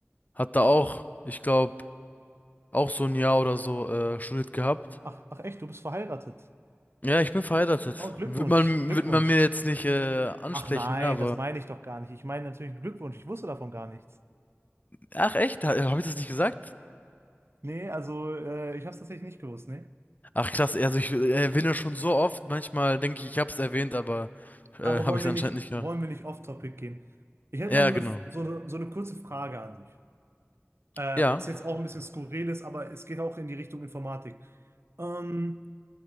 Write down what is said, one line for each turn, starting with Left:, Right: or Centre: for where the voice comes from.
Left: hat da auch, ich glaube, auch so ein Jahr oder so äh, studiert gehabt.
Right: ach, ach echt, du bist verheiratet.
Left: Ja, ich bin verheiratet.
Right: Oh, Glückwunsch,
Left: Wird man,
Right: Glückwunsch.
Left: wird man mir jetzt nicht äh, ansprechen,
Right: Ach nein,
Left: ne? Aber.
Right: das meine ich doch gar nicht. Ich meine natürlich Glückwunsch, ich wusste davon gar nichts.
Left: Ach echt? Habe ich das nicht gesagt?
Right: Nee, also äh, ich habe es tatsächlich nicht gewusst, nee.
Left: Ach krass, also ich äh, erwähne schon so oft. Manchmal denke ich, ich habe es erwähnt, aber äh,
Right: Aber
Left: habe
Right: wollen
Left: ich
Right: wir
Left: es anscheinend
Right: nicht,
Left: nicht gehört.
Right: wollen wir nicht off-topic gehen? Ich hätte
Left: Ja,
Right: mal so eine,
Left: genau.
Right: so eine, so eine kurze Frage an dich. Äh,
Left: Ja.
Right: was jetzt auch ein bisschen skurril ist, aber es geht auch in die Richtung Informatik. Ähm,